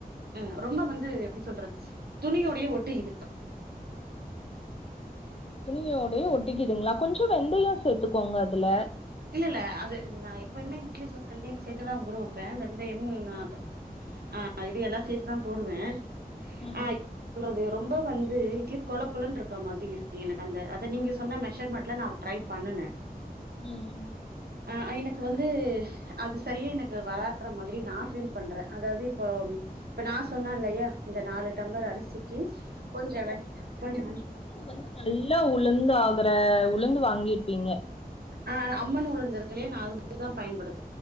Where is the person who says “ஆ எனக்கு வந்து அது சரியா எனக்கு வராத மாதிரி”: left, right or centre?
Right